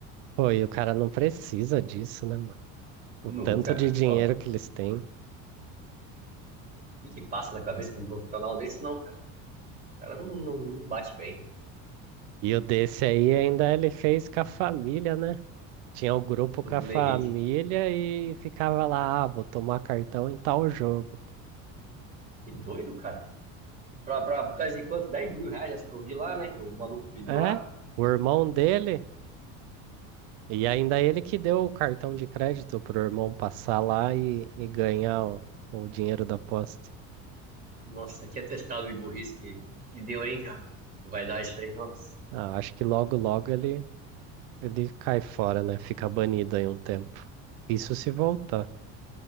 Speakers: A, on the right (about 75°); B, on the right (about 25°).
A: Pô, e o cara não precisa disso, né, mano?
B: Nunca.
A: O tanto de dinheiro
B: Ó, o
A: que eles têm.
B: que que passa na cabeça de um profissional desse, não, cara? O cara não, não, não bate bem
A: E o desse aí ainda ele fez com a família, né? Tinha o grupo
B: do
A: com
B: Bruno
A: a família
B: Henrique.
A: e ficava lá, ah, vou tomar cartão em tal jogo.
B: Que doido, cara. Pra, pra, por causa de quanto? dez mil reais, acho que eu vi lá, né? Que o maluco pediu
A: É,
B: lá.
A: o irmão dele, e ainda ele que deu o cartão de crédito pro irmão passar lá e, e ganhar o, o dinheiro da aposta.
B: Nossa, que atestado de burrice que, que deu, hein, cara? Que vai dar isso aí, nossa.
A: Ah, acho que logo, logo ele, ele cai fora, né? Fica banido aí um tempo. Isso se voltar,